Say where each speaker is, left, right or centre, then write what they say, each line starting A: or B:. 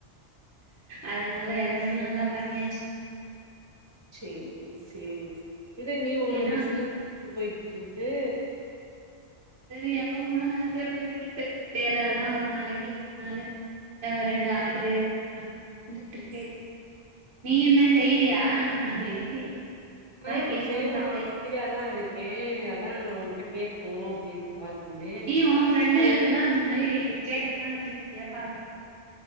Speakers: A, on the right; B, on the right.
A: அதனால எல்லாமே நல்லா பண்ணியாச்சு
B: சேரி செரி இது நீ உன்னோட
A: ஏன்னா
B: பிஸ்னஸ் போய்கிட்ருக்கு
A: அது எப்பவும்போல நல்லபடியா போய்ட்ருக்கு சேலலா ஒரு நாளைக்கு ரெண்டு நாளை ஆஹ் ரெண்டு ஆட்ரு வந்துட்ருக்கு
B: ம்
A: நீ என்ன செய்றியா அந்த மாதிரி அதான்
B: ஆஹ்
A: கேட்போன்னு
B: செய்யதா
A: பாத்தேன்.
B: ஆசயாதா இருக்கே அதா உங்கிட்ட கேப்போ அப்டின்ட்டு கால் பண்ணே
A: நீ ஓ ஃப்ரெண்டுகளுகெல்லா
B: அது
A: அந்த மாரி ஸ்டேட்டஸ்லா வெச்சின்னா கேப்பாகல்லெல்லா